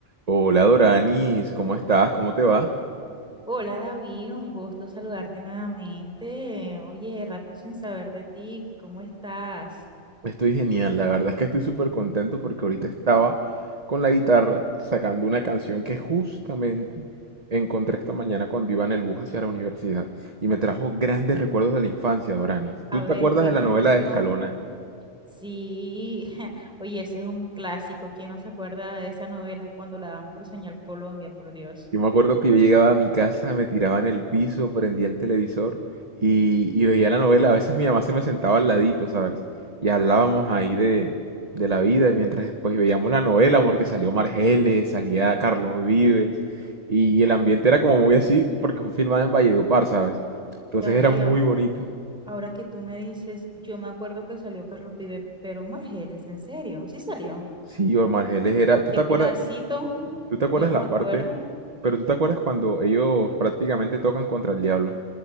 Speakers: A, on the right; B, in the centre.
A: Hola Doranis, ¿cómo estás? ¿Cómo te va?
B: Hola David, un gusto saludarte nuevamente. Oye, rato sin saber de ti, ¿cómo estás?
A: Estoy genial, la verdad es que estoy súper contento porque ahorita estaba con la guitarra sacando una canción que justamente encontré esta mañana cuando iba en el bus hacia la universidad y me trajo grandes recuerdos de la infancia, Doranis.
B: A
A: ¿Tú
B: ver
A: te acuerdas
B: qué
A: de la
B: canción.
A: novela de Escalona?
B: Sí, <laughs> oye, ese es un clásico. ¿Quién no se acuerda de esa novela cuando la dan por Señal Colombia, por Dios?
A: Yo me acuerdo que yo llegaba a mi casa, me tiraba en el piso, prendía el televisor y, y veía la novela. A veces mi mamá se me sentaba al ladito, ¿sabes? Y hablábamos ahí de, de la vida, mientras después veíamos la novela, porque salió Margeles, salía Carlos Vives, y, y el ambiente era como muy así, porque fue filmada en Valledupar, ¿sabes? Entonces
B: David,
A: era muy
B: a-
A: bonito.
B: ahora que tú me dices, yo me acuerdo que salió Carlos Vive, pero Margeles, ¿en serio? ¿Sí salió?
A: Sí, o Margeles era...
B: ¿En
A: ¿Tú
B: qué
A: te acuerdas?
B: pedacito?
A: ¿Tú te acuerdas
B: Yo no
A: la
B: me acuerdo.
A: parte? Pero tú te acuerdas cuando ellos prácticamente tocan contra el diablo.